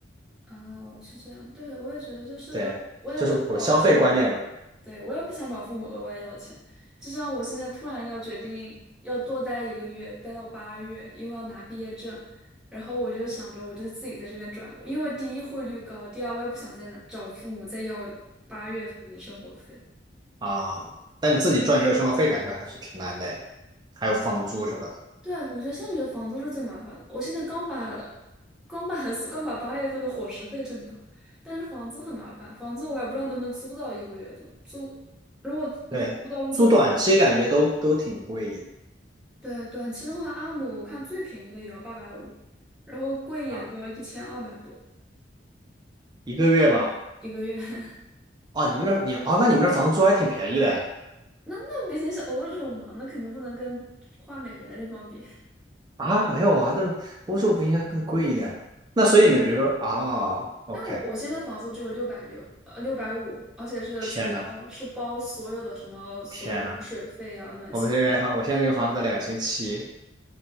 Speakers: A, in the centre; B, on the right.
A: 哦，是这样，对，我也觉得就是我也不找父母
B: 对，这是我的消费观念吧。
A: 对，我也不想找父母额外要钱，就像我现在突然要决定要多待一个月，待到八月，因为要拿毕业证，然后我就想着我就自己在这边赚，因为第一汇率高，第二我也不想再拿找父母再要八月份的生活费。
B: 啊，但你自己赚一个月生活费，感觉还是挺难的呀，还有房租什么的。
A: 对，我觉得现在觉得房租是最麻烦的，我现在刚把刚把 <laughs> 刚把八月份的伙食费挣到，但是房租很麻烦，房租我还不知道能不能租到一个月的租，如果租不到鹿特。
B: 对，租短期感觉都都挺贵的
A: 对，短期的话，阿姆我看最便宜的也要八百五，然后贵一点都要一千二百多
B: 啊，一个月吗？
A: 一个月。<laughs>
B: 哦，你们那你哦，那你们那房租还挺便宜的呀
A: 那那毕竟是欧洲嘛，那肯定不能跟换美元的地方比。
B: 啊，没有啊，但欧洲不应该更贵一点吗？那所以你们比如说啊，OK，
A: 但我我现在房租只有六百六，呃，六百五，而且是全包，
B: 天呐，
A: 是包所有的什么所有什么水费啊、
B: 天呐，
A: 暖气费
B: 我们这边房，我现在这个房子两千七，